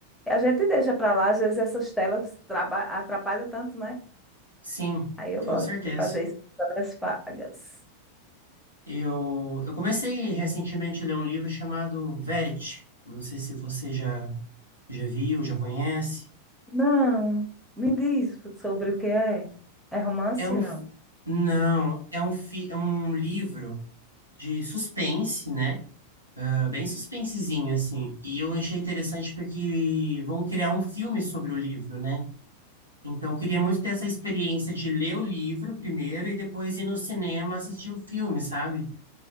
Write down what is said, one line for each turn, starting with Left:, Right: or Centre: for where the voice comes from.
Centre: E a gente deixa para lá, às vezes essas telas traba- atrapalham tanto, né?
Right: sim,
Centre: Aí eu
Right: com
Centre: gosto
Right: certeza.
Centre: de fazer isso nas horas vagas.
Right: Eu, eu comecei recentemente a ler um livro chamado Verity. Não sei se você já, já viu, já conhece.
Centre: Não, me diz sobre o que é. É romance,
Right: É um, fi-
Centre: não?
Right: não, é um, fi, é um livro de suspense, né? É bem suspensezinho, assim. E eu achei interessante porque vão criar um filme sobre o livro, né? Então, eu queria muito ter essa experiência de ler o livro primeiro e depois ir no cinema assistir o filme, sabe?